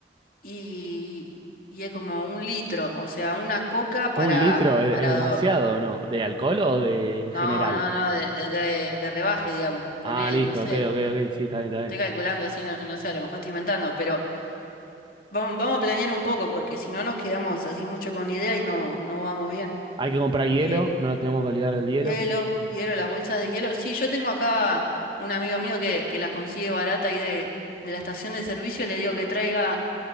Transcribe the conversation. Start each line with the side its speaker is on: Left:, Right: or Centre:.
Left: y, y es como un litro, o sea, una coca
Right: ¿un
Left: para,
Right: litro es,
Left: para
Right: es demasiado,
Left: dos.
Right: no? ¿De alcohol o de en
Left: No,
Right: general?
Left: no, no, de, de, de- de rebaje, digamos, ponele,
Right: Ah, listo,
Left: no sé.
Right: ok, ok, ok, sí, está bien, está bien.
Left: Estoy calculando así, no, no sé, a lo mejor estoy inventando, pero vamos, vamos a planear un poco, porque si no nos quedamos así mucho con la idea y no, no vamos bien.
Right: Hay que comprar hielo,
Left: Eh,
Right: no nos tenemos que olvidar del hielo.
Left: hielo, hielo, las bolsas de hielo. Sí, yo tengo acá un amigo mío que, que las consigue barata ahí de, de la estación de servicio, le digo que traiga